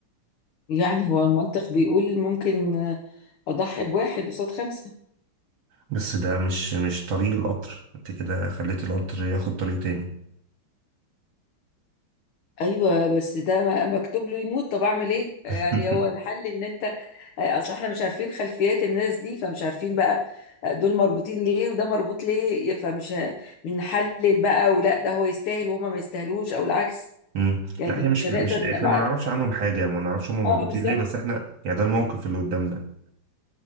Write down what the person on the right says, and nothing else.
بس ده مش مش طريق القطر انت كده خليت القطر ياخد طريق تاني
<laughs>
مم.
لا هي مش
مش احنا
ما نعرفش عنهم حاجة ما نعرفش هم
مربوطين
ليه بس احنا يعني ده الموقف اللي قدامنا